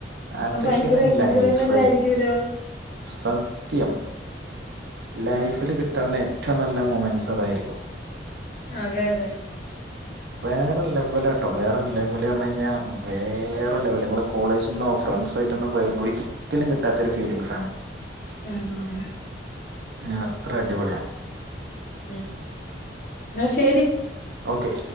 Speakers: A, on the right (about 65°); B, on the left (about 50°).
A: അതൊക്കെയാണ്
B: അപ്പ ഭയങ്കര എൻജോയ്മെൻ്റായിരിക്കൂലോ.
A: ലൈഫ് സത്യം ലൈഫില് കിട്ടാവുന്ന ഏറ്റവും നല്ല മൊമെന്റ്സ് അതായിരിക്കും.
B: അതെ അതെ
A: വേറെ ലെവല ട്ടോ, വേറെ ലെവല് അർണെയ്ഞ്ഞാ വേറെ ലെവല്, നമ്മള് കോളേജ്ന്നോ ഫ്രണ്ട്സായിട്ടൊന്നും പോയാലൊന്നും ഒരിക്കലും കിട്ടാത്തൊരു ഫീലിംഗ്സാണ്. ആണ്
B: <unintelligible>
A: ആഹ്, അത്ര അടിപൊളിയാ
B: ഉം, ന്നാ ശെരി
A: ഓക്കെ